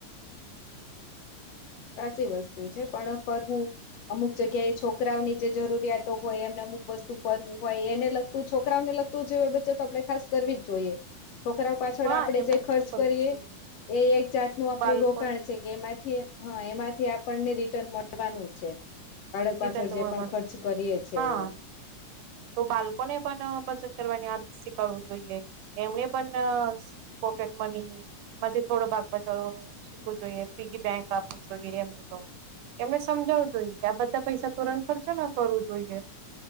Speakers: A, on the left (about 75°); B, on the right (about 85°).
A: સાચી વસ્તુ છે પણ ફરવું અમુક જગ્યાએ છોકરાઓની જે જરૂરિયાતો હોય એમને અમુક વસ્તુ ફરવું હોય એને લગતું છોકરાઓને લગતું તો જેવી બચત તો આપણેે ખાસ કરવી જ જોઈએ. છોકરા પાછળ
B: હા
A: આપડે
B: એ મદદ
A: જે ખર્ચ
B: તો કરવી
A: કરીએ
B: જોઈએ
A: એ એક જાતનું આપણું
B: બાળકો
A: રોકાણ છે. એમાંથી હ એમાંથી આપણને રિટર્ન મળવાનું છે બાળક
B: રિટર્ન
A: પાછળ
B: તો
A: જે
B: મળવાનું
A: પણ ખર્ચ
B: છે
A: કરીએ છે
B: હા
A: એ
B: તો બાળકોને પણ બચત કરવાની આદત શીખવવું જોઈએ એમને પણ પોકેટ મની માંથી થોડો ભાગ બચાવ શીખવો જોઈએ પિગી બેંક આપવું જોઈએ એમને તો એમને સમજાવવું જોઈએ કે આ બધા પૈસા તુરંત ખર્ચો ના કરવું જોઈએ